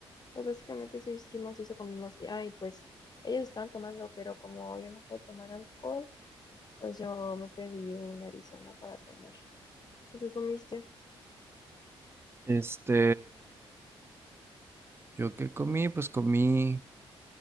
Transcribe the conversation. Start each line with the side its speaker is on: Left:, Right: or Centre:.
Left: pues básicamente eso hicimos y eso comimos. Y ay, pues ellos estaban tomando, pero como yo no puedo tomar alcohol, pues yo me pedí una Arizona para tomar. ¿Tú qué comiste?
Right: Este, yo qué comí, pues comí.